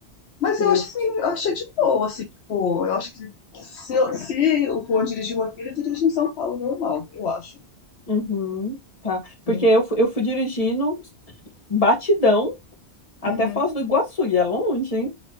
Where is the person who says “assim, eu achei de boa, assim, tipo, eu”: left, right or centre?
Left